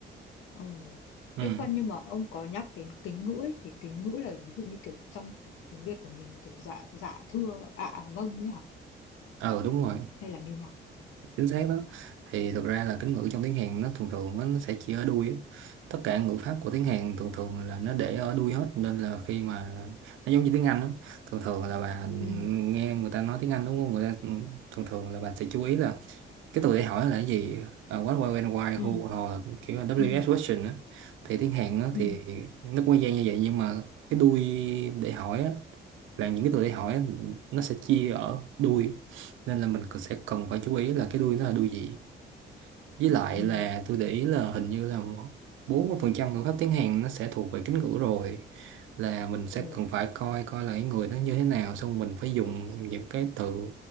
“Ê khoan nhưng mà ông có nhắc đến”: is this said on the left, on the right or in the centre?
Left